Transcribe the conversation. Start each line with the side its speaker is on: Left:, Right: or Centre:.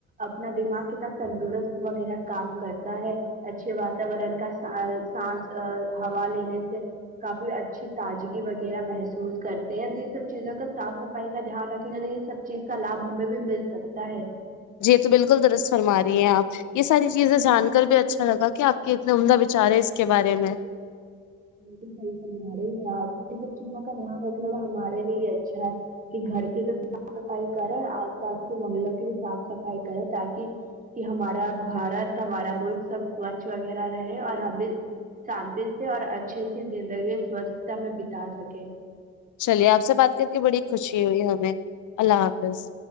Right: اپنا دماغ کتنا تندرست وغیرہ کام کرتا ہے اچھے واتاورن کا سا سانس ا ہوا لینے سے کافی اچھی تازگی وغیرہ محسوس کرتے ہیں تو یہ سب چیزوں کا صاف صفائی کا دھیان رکھ یہ سب چیز کا لابھ ہمیں بھی مل سکتا ہے
Left: جی یہ تو بالکل درست فرما رہی ہیں آپ یہ ساری چیزیں جان کر بھی اچھا لگا کہ آپ کے اتنے عمدہ وچار ہے اس کے بارے میں
Right: بالکل صحیح فرما رہی ہے آپ یہ سب چیزوں کا دھیان رکھنا تو ہمارے لیے ہی اچھا ہے کہ گھر کی تو صاف صفائی کرے اور آس پاس کے محلوں کی بھی صاف صفائی کرے تاکہ کہ ہمارا بھارت ہمارا ملک سب سوچھ وغیرہ رہے اور ہم بھی شانتی سے اور اچھے سی زندگی سوچھتا میں بتا سکے
Left: چلیے آپ سے بات کر کے بڑی خوشی ہوئی ہمیں اللہ حافظ